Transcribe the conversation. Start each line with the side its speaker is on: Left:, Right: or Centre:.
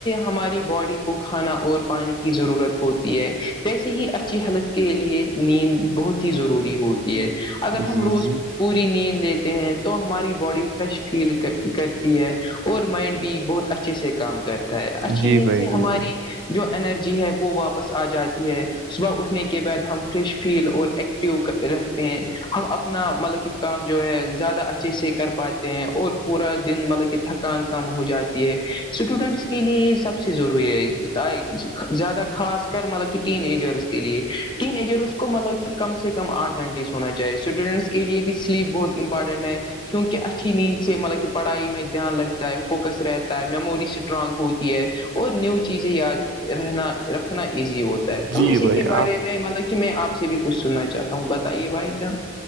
Left: ہماری باڈی کو کھانا اور پانی کی ضرورت ہوتی ہے جیسے ہی اچھی ہیلتھ کے لیے نیند بہت ہی ضروری ہوتی ہے اگر
Right: جی
Left: ہم روز
Right: جی
Left: پوری نیند لیتے ہیں تو ہماری باڈی فریش فیل کرتی ہے اور مائنڈ بھی بہت اچھے سے کام کرتا ہے اچھی
Right: جی
Left: نیند
Right: بھائی
Left: سے ہماری
Right: جی بھائی
Left: جو انرجی ہے وہ واپس آ جاتی ہے صبح اٹھنے کے بعد ہم فریش فیل اور ایکٹیو رہتے ہیں ہم اپنا مطلب کہ کام جو ہے زیادہ اچھے سے کر پاتے ہیں اور پورا دن مطلب کہ تھکان کم ہو جاتی ہے اسٹوڈنٹس کے لیے یہ سب سے ضروری ہے زیادہ خاص کر مطلب کہ ٹین ایجرس کے لیے ٹین ایجرس کو مطلب کہ کم سے کم آٹھ گنٹے سے ہونا چاہے اسٹوڈنٹس کے لے بھی سلیپ بہت ہی امپارٹنٹ ہے کیونکہ اچھی نیند سے مطلب کہ پڑھائی میں دھیان لگ فوکس رہتا ہے میموری اسٹرانگ ہوتی ہے اور نیو چیزیں یاد رہنا رکھنا ایزی ہوتا ہے تو
Right: جی
Left: اسی
Right: بھائی
Left: کے بارے
Right: آپ
Left: میں مطلب کہ میں آپ سے بھی کچھ سننا چاہتا ہوں بتائیے بھائی جان